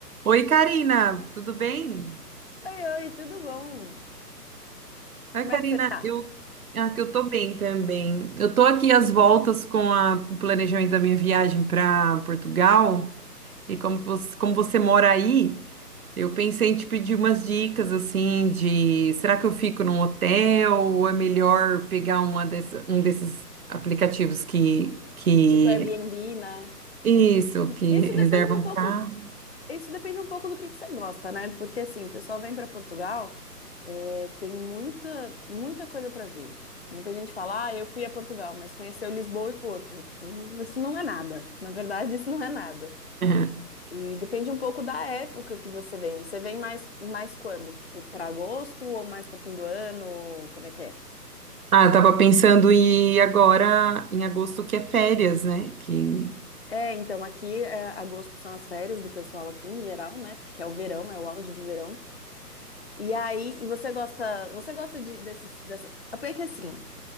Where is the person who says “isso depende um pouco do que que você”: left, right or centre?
Left